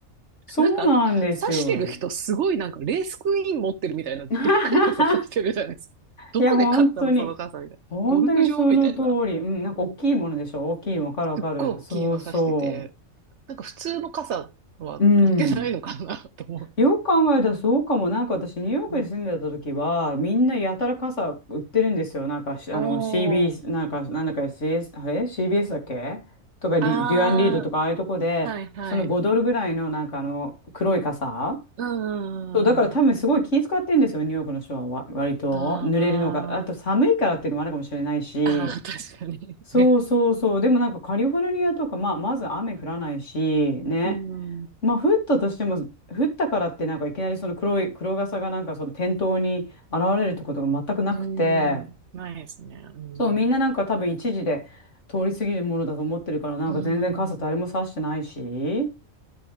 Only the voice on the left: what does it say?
そうなんですよ。
<laughs>
いや、本当に。
本当にその通り。
うん、なんか大きいものでしょ大きいのわかるわかる。
そうそ
う。うん。
よく考えたらそうかも。なんか私、ニューヨークに住んでた時は、
みんなやたら傘売ってるんですよ。なんかし、あの、
CB、
なんか、なんだか CS、あれ ?CBS だっけとかリ、
デュアンリードとか、ああいうとこで、
その5ドルぐらいの、なんかあの、黒い傘。
そう、だから多分すごい気遣ってんですよ、
ニューヨークの人はわ、割と。
濡れるのが。あと寒いからっていうのもあるかもしれないし。
そうそうそう。
でもなんかカリフォルニアとか、まあ、まず雨降らないし、ね。
まあ、降ったとしても、降ったからってなんかいきなりその黒い、黒傘がなんかその店頭に現れるってことが全くなくて、
そう、みんななんか多分一時で通り過ぎるものだと思ってるから、なんか全然傘誰も差してないし。